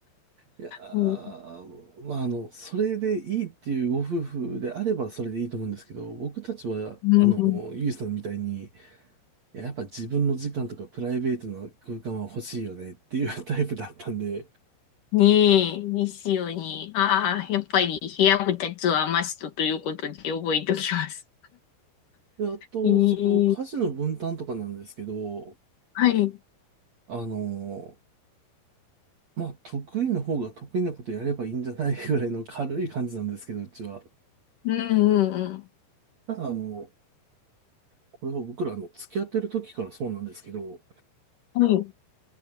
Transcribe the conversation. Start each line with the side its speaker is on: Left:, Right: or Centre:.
Right: いやー、
Left: うん
Right: まあ、あの、それでいいっていうご夫婦であればそれでいいと思うんですけど、僕たちは、
Left: うん
Right: あの、ゆいさんみたいに、いややっぱ自分の時間とかプライベートな空間は欲しいよねっていうタイプだったんで、
Left: ねえ、ですよね。ああ、やっぱり部屋二つはマストということで覚えておきます。
Right: で、あと、
Left: え
Right: その家事の分担とかなんですけど、
Left: え、はい。
Right: あの、まあ、得意の方が得意なことやればいいんじゃないぐらいの軽い感じなんですけど、うちは。
Left: うんうん
Right: ただ、あの、これは僕ら、あの、付き合ってる時からそうなんですけど、
Left: うん。はい。